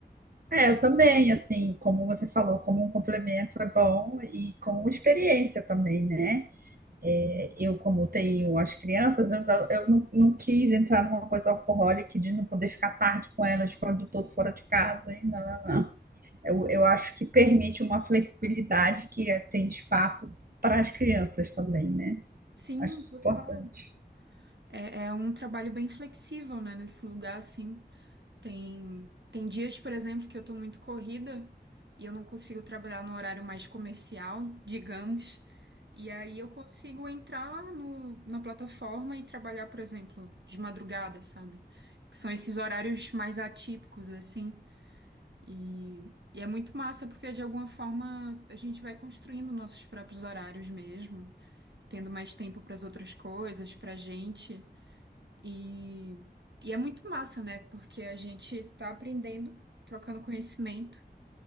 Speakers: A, on the right; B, on the right.
A: É, eu também, assim, como você falou, como um complemento é bom e com experiência também, né? É, eu, como tenho as crianças, eu, não, eu não- não quis entrar numa coisa alcoólica de não poder ficar tarde com elas quando eu estou fora de casa. E não, não, não. Eu, eu acho que permite uma flexibilidade que é- tem espaço para as crianças também, né?
B: Sim,
A: Acho isso
B: total.
A: importante.
B: É, é um trabalho bem flexível, né, nesse lugar, assim. Tem, tem dias, por exemplo, que eu tô muito corrida e eu não consigo trabalhar no horário mais comercial, digamos. E aí eu consigo entrar no, na plataforma e trabalhar, por exemplo, de madrugada, sabe? Que são esses horários mais atípicos, assim. E, e é muito massa, porque de alguma forma a gente vai construindo nossos próprios horários mesmo, tendo mais tempo para as outras coisas, pra gente. E, e é muito massa, né? Porque a gente tá aprendendo, trocando conhecimento,